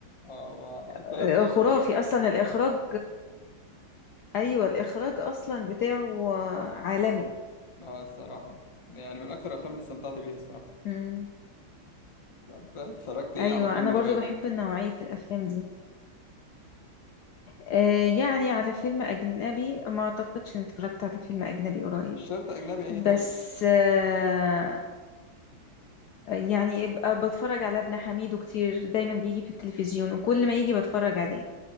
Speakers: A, on the left; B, on the left.
A: اه ما
B: آه،
A: طلع في الاخر
B: خرافي
A: مريض نفسي
B: اصلا الاخراج ايوه الاخراج اصلا بتاعه آه، عالمي
A: اه الصراحه يعني من اكتر الافلام اللي استمتعت بيها الصراحه
B: مم.
A: طب اتفرجت ايه
B: ايوه
A: على فيلم
B: انا برضو
A: قريب
B: بحب نوعيه الافلام دي آه يعني على فيلم اجنبي ما اعتقدش اني اتفرجت على فيلم اجنبي قريب
A: مش شرط اجنبي اي
B: بس
A: حاجه
B: آه يعني ابقى بتفرج على ابن حميدو كتير دايما بيجي في التلفزيون وكل ما يجي بتفرج عليه